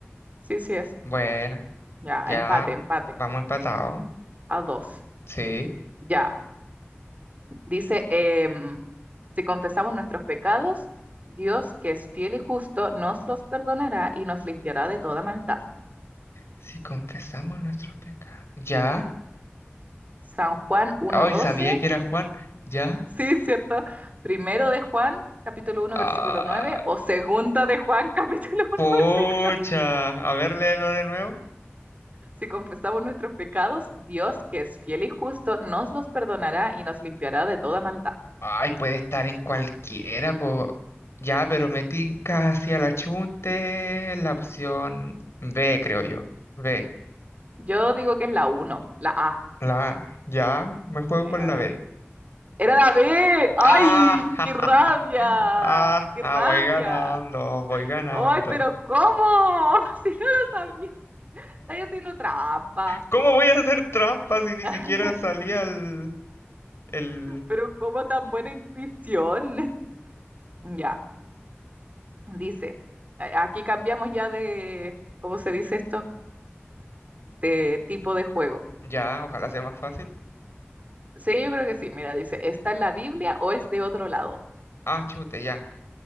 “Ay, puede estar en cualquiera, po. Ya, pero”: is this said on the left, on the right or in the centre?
Left